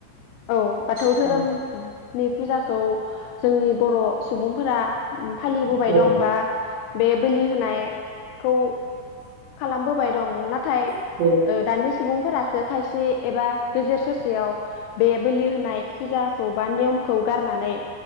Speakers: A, on the left; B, on the right.
A: औ बाथौ
B: नालाय
A: धोरोम नि फुजाखौ जोंनि बर' सुबुंफोरा फालिबोबाय
B: औ
A: दं बा बे बोलि होनायखौ खालामबोबाय दं नाथाय
B: औ
A: दानि सुबुंफोरासो खायसे एबा गेजेर ससेयाव बे बोलि होनाय फुजा खौ बा नियमखौ गारनानै